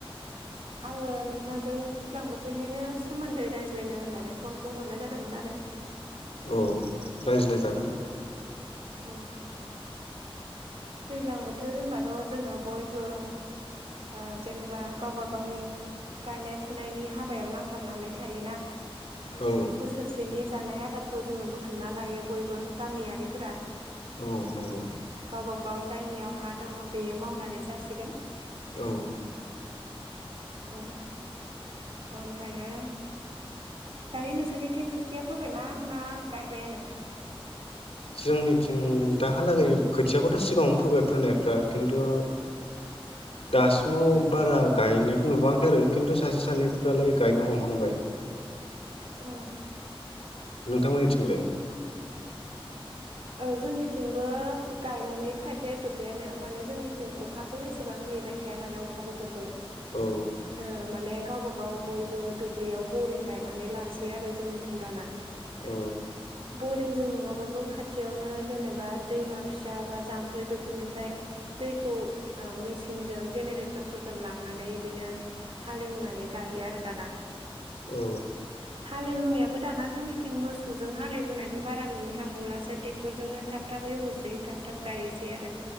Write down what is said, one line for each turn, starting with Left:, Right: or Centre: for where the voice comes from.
Right: आङो नोंथांजों ज्लां बोथोरनिनो सोमोन्दै रायज्लायनो होननानै फनखौ हरनाय जादोमोन आरो।
Left: औ रायज्लाय जागोन
Right: औ दैज्लां बोथोर होनबाथ' जोङो बयबो ओ जेनेबा गावबा गावनि गायनाय फुनायनि हाबायाव नांथाबनानै थायोना।
Left: औ
Right: बोसोरसेनि जानाय आ दारखौ जोङो बुथुमना लायो बयबो गामियारिफोरा।
Left: औ नंगौ।
Right: गावबा गाव जायनियाव हा दङ बेयो मावनानै जासिगोन।
Left: औ
Right: औ आमफायो दायो नोंसोरनिथिं खोथिया फोबायना ना गायबायानो?
Left: जोंनिथिं दाहालागै खोथियाखौथ' सिगाङावनो फोबाय फोनायफ्रा खिन्थु दासिमाव बारा गायनायखौ नुबोआखै आरो खिन्थु सासे सानैफ्रालाय गायनो हमहांबाय।
Right: औ।
Left: नोंथांमोननि थिंलाय?
Right: औ जोंनिथिंबो गायनानै खायफाया जोब्बायानो माने जोंनिथिं अखाखौ एसेबां नेबाय थाया नालाय अखा बोथोरखौ।
Left: औ
Right: ओह माने। गावबा गाव बयबो दुब्लियाव बरिं गायनानै लासै आरो जोंनिथिं दाना।
Left: औ
Right: बरिंजों नङाबो खाथ थियावनो जेनेबा दैमा फिसा बा जाम्फै बेफोरनिफ्राय दैखौ आह मेसिनजों जेनेरेटरफोरजों लांनानै इदिनो हालेहेवनानै गायो आरो दाना।
Left: औ
Right: हालेहेवनायाबो दाना जोंनिथिं मोसौजों हालेहेवनायखौ बारा नुनो थांबावलासो। टेक्टरजोंनो थाब थाब हेवोसै थाब थाब गायोसै आरो।